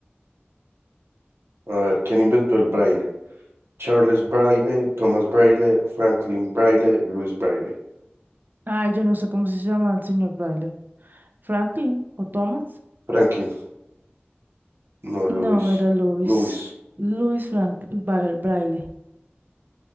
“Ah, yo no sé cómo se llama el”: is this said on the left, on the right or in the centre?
Right